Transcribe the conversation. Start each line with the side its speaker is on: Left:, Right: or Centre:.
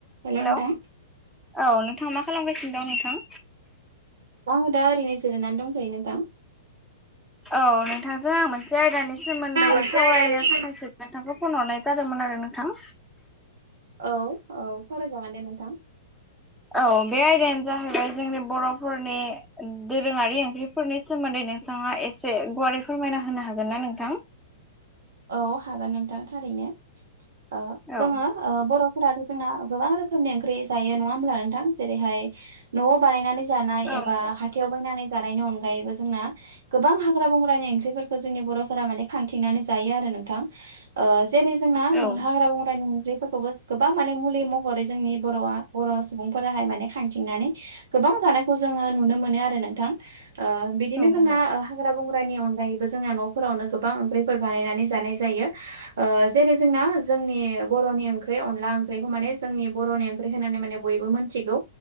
Right: हेल' नोंथां
Centre: hello औ नोंथां मा खालामगासिनो दं नोंथां।
Right: आङो दा ओरैनो जिरायनानै दंथयो नोंथां।
Centre: औ नोंथांजों आं मोनसे आयदानि सोमोन्दै
Right: मोनसे
Centre: सावरायनो
Right: आयदानि सोमोन
Centre: थाखायसो नोंथांखौ फन हरनाय जादोंमोन आरो नोंथां।
Right: औ औ सावरायजागोन दे नोंथां।
Centre: औ बे आयदायानो जाहैबाय जोंनि बर'फोरनि दोरोङारि ओंख्रिफोरनि सोमोन्दै नोंथाङा एसे गुवारै फोरमायना होनो हागोन ना नोंथां?
Right: औ हागोन नोंथां थारैनो ओ
Centre: औ
Right: जोङो ओ बर'फोराथ' जोंना गोबां रोखोमनि ओंख्रि जायो नङा होमब्ला नोंथां जेरैहाय न'आव बानायनानै जानाय
Centre: औ
Right: एबा
Centre: नंगौ
Right: हाथायाव बायनानै जानायनि अनगायैबो जोंना गोबां हाग्रा बंग्रानि ओंख्रिफोरखौ जोंनि बर'फोरा माने खांथिंनानै जायो आरो नोंथां ओ जेरै जोंना
Centre: औ
Right: हाग्रा बंग्रानि <unintelligible> खौबो गोबां माने मुलि महरै जोंनि बर'आ बर' सुबुंफोराहाय माने खांथिंनानै गोबां जानायखौ जोङो नुनो मोनो आरो नोंथां। ओ बिदिनो
Centre: औ नंगौ
Right: जोंना हाग्रा बंग्रानि अनगायैबो जोंना न'फोरावनो गोबां ओंख्रि फोर बानायनानै जानाय जायो। ओ जेरै जोंना जोंनि बर'नि ओंख्रि अनला ओंख्रिखौ माने जोंनि बर'नि ओंख्रि होनानै माने बयबो मोनथिगौ